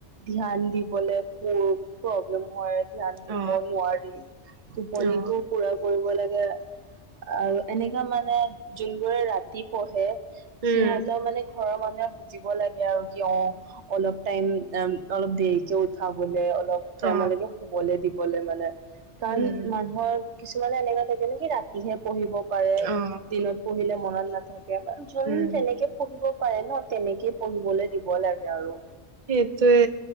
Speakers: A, on the right; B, on the right.
A: ধ্যান দিবলে প্ৰ প্ৰব্লেম হয়। ধ্যান দিব
B: অ
A: নোৱাৰি টোপনিটো
B: অ
A: পুৰা কৰিব লাগে আৰু এনেকা মানে যোনবোৰে ৰাতি পঢ়ে
B: উম
A: সিহঁতৰ মানে ঘৰৰ মানুহে বুজিব লাগে আৰু কিয় অলপ টাইম আম অলপ দেৰিকে উঠাবলে অলপ টাইমলৈকে
B: অ
A: শুবলৈ দিবলে মানে, কাৰণ
B: উম
A: মানুহৰ কিছুমানে এনেকা থাকে নেকি ৰা তিহে পঢ়িব পাৰে,
B: অ
A: দিনত পঢ়িলে মনত নাথাকে মানে যোন
B: উম
A: যেনেকে পঢ়িব পাৰে ন, তেনেকেই পঢ়িবলে দিব লাগে আৰু।
B: সেইটোৱে।